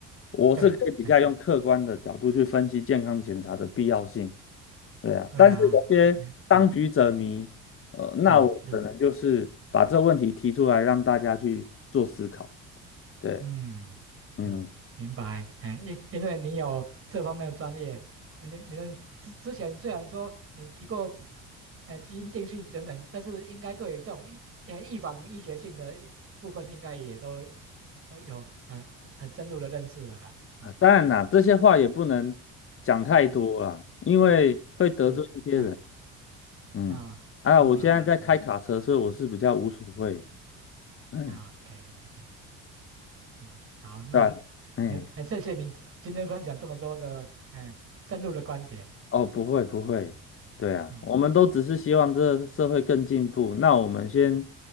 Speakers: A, on the left (about 45°); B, on the right (about 45°).
A: 我是可以比较用客观的角度去分析健康检查的必要性。
B: 对，哎
A: 对啊，
B: 对啊，OK，
A: 但是有些当局者迷，
B: 哎
A: 呃，那我可能就是把这问题提出来让大家去做思考。
B: 哎是。
A: 对，
B: 嗯，
A: 嗯，
B: 是明白，哎，因因为你有这方面的专业，你你们之之前虽然说你提过，哎，基因定序等等，但是应该对于这种预呃预防医学性的部分，应该也都呃有很很深入的认识了啦，嗯
A: 啊，当然啦，这些话也不能讲太多啦，
B: 嗯嗯，
A: 因为会得罪一些人。
B: 是，哎
A: 嗯，
B: 啊，
A: 啊，
B: 明白，
A: 我现在在开卡车，
B: 哎
A: 所以我是比较无所谓。嗯，
B: 啊，OK OK，嗯，好，那
A: 对吧？嗯，
B: 很很谢谢你今天分享这么多的哎深入的观点，
A: 哦，不会不会，对啊，
B: 嗯
A: 我们都只是希望这个社会更进步。那我们先
B: 嗯